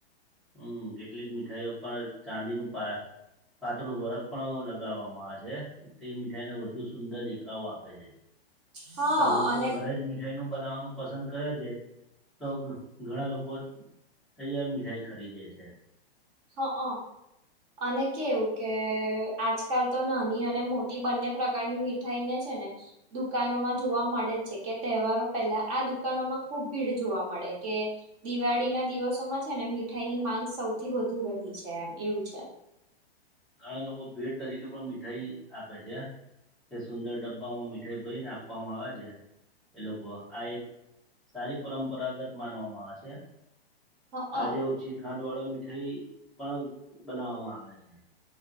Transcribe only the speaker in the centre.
હમ કેટલીક મીઠાઈઓ પણ ચાંદીનું પાતળું વરખ પણ લગાવવામાં આવે છે તે મીઠાઈને વધુ સુંદર દેખાવો આપે છે.
પણ લોકો
ઘરે જ મીઠાઈ નું બનાવવાનું પસંદ કરે છે. તો ઘણા લોકો તૈયાર મીઠાઈ ખરીદે છે.
ઘણા લોકો ભેટ તરીકે પણ મીઠાઈ આપે છે. એ સુંદર ડબ્બામાં મીઠાઈ ભરીને આપવામાં આવે છે. એ લોકો આ એક સારી પરંપરાગત માનવામાં આવે છે.
આજે ઓછી ખાંડ વાળા મીઠાઈ પણ બનાવવામાં આવે છે.